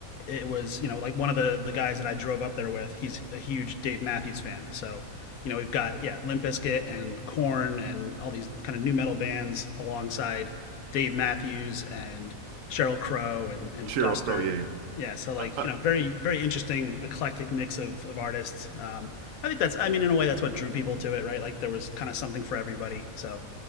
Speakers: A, on the left; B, on the right.
A: it was you know like one of the the guys that I drove up there with. He's a huge Dave Matthews fan. So you know we've got yeah Limp Bizkit and Corn and all these kind of new metal bands alongside Dave Matthews and Cheryl Crow and and
B: Cheryl
A: Guster
B: Crow, yeah, yeah.
A: yeah so like
B: I, I,
A: you know very very interesting eclectic mix of of artists um i think that's i mean in a way that's what drew people to it right like there was kind of something for everybody so